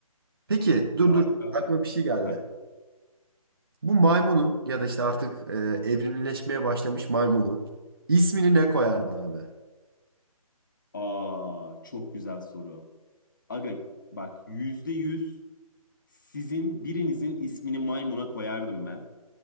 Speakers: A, on the right (about 40°); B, on the left (about 35°).
A: Peki dur
B: Ya
A: dur.
B: aga
A: Aklıma bir şey geldi.
B: Heh.
A: Bu maymunun ya da işte artık e, evrimleşmeye başlamış maymunun ismini ne koyardın abi?
B: Aa, çok güzel soru. Aga bak yüzde yüz sizin birinizin ismini maymuna koyardım ben.